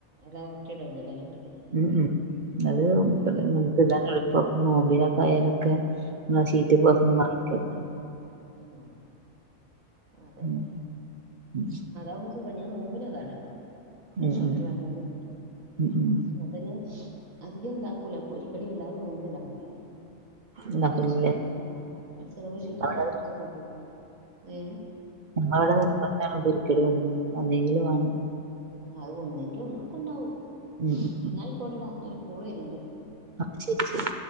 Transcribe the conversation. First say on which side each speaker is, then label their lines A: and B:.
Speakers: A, on the right (about 85°); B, on the right (about 45°).
A: അല്ലാതെ മറ്റേടല്ലല്ലേ ഉണ്ടാക്കല്ലേ
B: ഉം ഉം അത് <unintelligible>
A: ഉം
B: കെക്കാനും എള് പ്പം നോമ്പിനൊക്കായലൊക്കെ ന്നാ ഷീറ്റ് പൊറ്ത്ത്ന് വാങ്ങിക്കലാ
A: ആഹ് അതെ
B: ഉം ഉം
A: അതാക്കുംമ്പോ സുഖാ ഞ ഞ നോമ്പിന് അതാണ്ടാക്ക ആ
B: ഉം
A: ഷീറ്റ്
B: ഉം
A: വാങ്ങ്യാല്
B: ഉം ഉം
A: അതെന്നെ അധികണ്ടാക്കൂല പെരിക്കടി വല്ലാതെ നോമ്പ്ന്ണ്ടാക്കൂലേ
B: ഉണ്ടാക്കലില്ലേ
A: ഷീറ്റ് ആഹ് അ ചെലപ്പൊ ഷീറ്റ്
B: അവിടെ
A: തണത്തൊക്കെ പോവും. ഏഹ്
B: അപ്പവടെ നിർബന്ധാണോ പൊരിക്കടി ഒന്ന് ഒന്നെങ്കിലും വാണം.
A: ആഹ് അത് ഒന്നെങ്കി ഒന്നൊക്കെണ്ടാവും.
B: ഉം ഉം
A: ന്നാ അയ്ക്കോട്ടടാ ഒര് കൊള് വെര്ന്ണ്ട്.
B: ആഹ് ശെരി ശെരി.